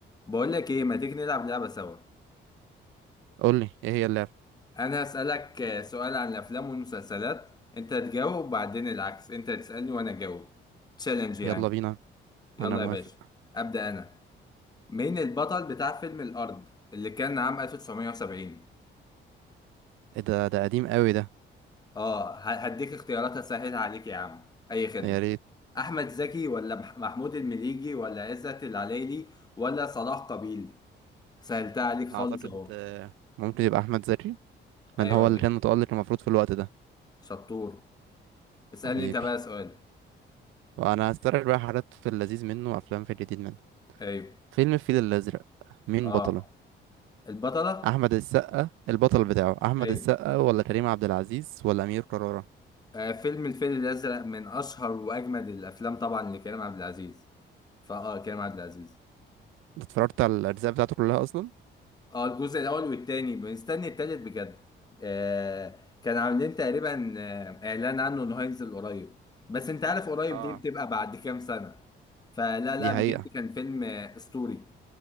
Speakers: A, on the left; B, on the right.
A: بقول لك ايه ما تيجي نلعب لعبة سوا
B: قول لي ايه هي اللعبة
A: انا هسألك آه، سؤال عن الافلام والمسلسلات انت تجاوب وبعدين العكس انت تسألني وانا اجاوب تشالنج يعني
B: يلا بينا
A: يلا
B: انا موافق
A: يا باشا ابدأ انا مين البطل بتاع فيلم الارض اللي كان عام 1970
B: ايه ده ده قديم قوي ده
A: اه ه- هديك اختيارات اسهلها عليك يا عم اي خدمة
B: يا ريت
A: احمد زكي ولا مح- محمود المليجي ولا عزت العلايلي ولا صلاح قابيل سهلتها عليك خالص
B: اعتقد
A: اهو
B: آه، ممكن يبقى احمد زكي لان
A: ايوه
B: هو
A: يا
B: اللي
A: باشا
B: كان متألق المفروض في الوقت ده
A: شطور اسألني
B: حبيبي
A: انت بقى سؤال
B: وانا هسترجع بقى حاجات في اللذيذ منه وافلام في الجديد منه
A: ايوه
B: فيلم الفيل الازرق مين
A: اه
B: بطله
A: البطلة
B: احمد السقا البطل
A: مم.
B: بتاعه احمد
A: ايوه
B: السقا ولا كريم عبد العزيز ولا امير كرارة
A: آه فيلم الفيل الأزرق من أشهر وأجمد الأفلام طبعا لكريم عبد العزيز فاه كريم عبد العزيز
B: انت اتفرجت على الاجزاء بتاعته كلها اصلا
A: اه الجزء الأول والتاني بنستني التالت بجد آه كان عاملين تقريبا آه إعلان عنه إنه هينزل قريب بس أنت عارف قريب
B: اه
A: دي بتبقى بعد كام سنة فلا لا
B: دي
A: بجد
B: حقيقة
A: كان فيلم آه أسطوري